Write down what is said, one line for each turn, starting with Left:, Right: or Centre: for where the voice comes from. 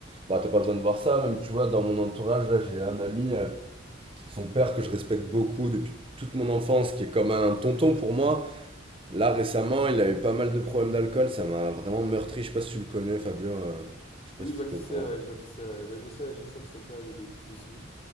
Right: Bah, t'as pas besoin de voir ça, même tu vois, dans mon entourage, là j'ai un ami, euh, son père que je respecte beaucoup depuis toute mon enfance, qui est comme un tonton pour moi. Là, récemment, il a eu pas mal de problèmes d'alcool, ça m'a vraiment meurtri. Je sais pas si tu le connais, Fabien. euh, Je sais pas
Left: Oui,
Right: si
Left: je vois qui
Right: t'étais au
Left: c'est,
Right: courant.
Left: ouais, je vois qui c'est. ouais. Ben, je sais, je sais que son père, il a eu des petits soucis.